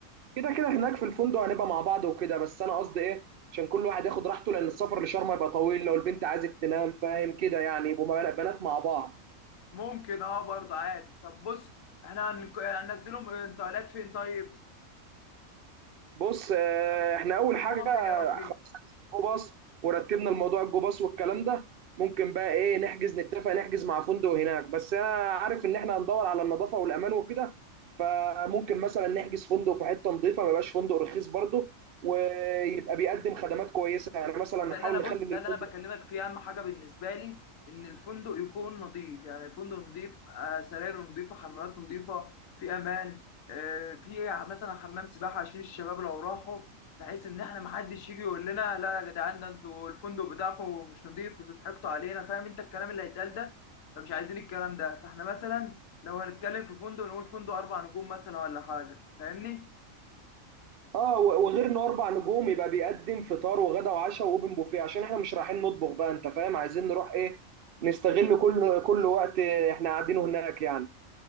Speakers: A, on the right (about 60°); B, on the left (about 70°).
A: كده كده هناك في الفندق هنبقى مع بعض وكده بس انا قصدي ايه عشان كل واحد ياخد راحته لان السفر لشرم هيبقى طويل لو البنت عايزه تنام فاهم كده يعني يبقوا بنات مع بعض
B: ممكن اه برضه عادي طب بص احنا هنك- هننزلهم انتقالات فين طيب
A: بص آه، احنا اول حاجه
B: اقامه فين يا ربي
A: خلاص حجزنا الجو باص ورتبنا الموضوع الجو باص والكلام ده ممكن بقى ايه نحجز نتفق نحجز مع فندق هناك بس انا عارف ان احنا هندور على النظافه والامان وكده فممكن مثلا نحجز فندق في حته نظيفه ما يبقاش فندق رخيص برضه ويبقى بيقدم خدمات كويسه يعني مثلا
B: هو ده
A: نحاول
B: اللي انا بص
A: نخلي ان
B: ده
A: الفندق
B: اللي انا بكلمك فيه اهم حاجه بالنسبه لي ان الفندق يكون نظيف يعني الفندق نظيف آه، سراير نظيفه حمامات نظيفه في امان آه، في مثلا حمام سباحه عشان الشباب لو راحوا بحيث ان احنا محدش يجي يقول لنا لا يا جدعان ده انتوا الفندق بتاعكم مش نظيف انتوا ضحكتوا علينا فاهم انت الكلام اللي هيتقال ده فمش عايزين الكلام ده فاحنا مثلا لو هنتكلم في فندق نقول فندق اربع نجوم مثلا ولا حاجه فاهمني
A: اه و- وغير انه اربع نجوم يبقى بيقدم فطار وغدا وعشاء واوبن بوفيه عشان احنا مش رايحين نطبخ بقى انت فاهم عايزين نروح ايه نستغل كل كل وقت احنا قاعدينه هناك يعني